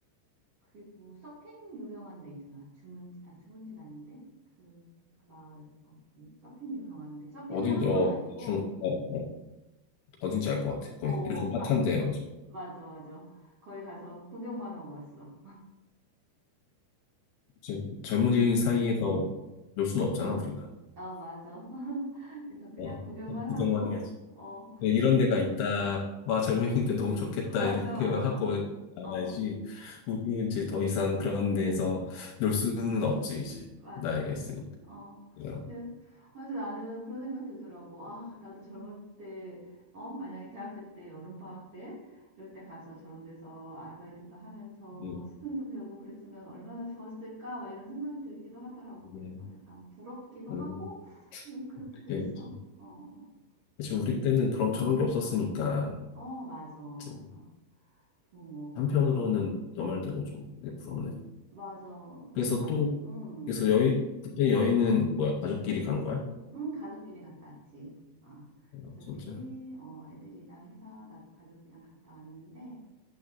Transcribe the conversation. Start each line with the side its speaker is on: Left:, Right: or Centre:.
Right: 그리고 서핑 유명한 데 있잖아. 주문지 아니 주문지는 아닌데 그, 그 마을 어쨌든 서핑 유명한데 서핑은
Left: 어딘지
Right: 한
Left: 어,
Right: 건 아니고
Left: 중, 어, 어.
Right: 가서
Left: 어딘지 알 것 같아. 거기
Right: 어, 어,
Left: 요즘
Right: 가
Left: 핫한데 맞아.
Right: 맞아 맞아. 거기 가서 구경만 하고 왔어.
Left: 이제 젊은이 사이에서 놀 수는 없잖아, 우리가.
Right: 아 맞아. <laughs> 그래서 그냥
Left: 어,
Right: 구경만
Left: 구경만
Right: 하고
Left: 해야지.
Right: 어.
Left: 네, 이런 데가 있다. 와, 젊은이들 너무 좋겠다.
Right: 맞아,
Left: 이렇게
Right: 맞아.
Left: <laughs> 하고 나가야지.
Right: 어,
Left: 우리는 이제 더 이상 그런 데에서 놀 수는 없지, 이제.
Right: 맞아.
Left: 나이가 있으니까.
Right: 어.
Left: 그냥,
Right: 그, 그래서 나는 그런 생각 들더라고. 아, 나도 젊을 때, 어, 만약에 대학교 때, 여름방학 때, 이럴 때 가서 저런 데서 아르바이트도 하면서
Left: 음,
Right: 스승도 배우고 그랬으면 얼마나 좋았을까? 막 이런 생각이 들기도 하더라고. 그래서
Left: 음,
Right: 약간 부럽기도
Left: 음,
Right: 하고, 좀 그렇기도
Left: 그게
Right: 했어.
Left: 뭐지.
Right: 어,
Left: 사실 우리 때는 그런, 저런 게 없었으니까.
Right: 어, 맞아, 맞아.
Left: 이제
Right: 부모.
Left: 한편으로는 너 말대로 좀 그게 부럽네.
Right: 맞아. 그래서
Left: 그래서
Right: 나,
Left: 또,
Right: 음.
Left: 그래서 여행, 그때 여행은 뭐야? 가족끼리 간 거야?
Right: 응, 가족끼리 갔다 왔지. 어,
Left: 어,
Right: 가족끼리,
Left: 진짜?
Right: 어, 애들이랑 해서 나도 가족이랑 갔다 왔는데,